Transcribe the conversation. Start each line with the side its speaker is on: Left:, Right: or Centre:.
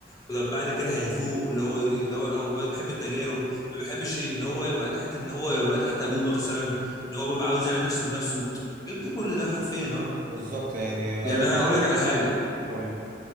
Left: وطب بعد كده هيفوق اللي هو يدور او بيحب التجارب ما بيحبش ان هو يبقى تحت ان هو يبقى تحت ابوه مثلا ان هو بيبقى عاوز يعمل نفسه بنفسه جاب ده كل ده حرفيا اه
Right: بالظبط يعني
Left: يعني
Right: آه،
Left: انا هقول لك على حاجه
Right: قول لي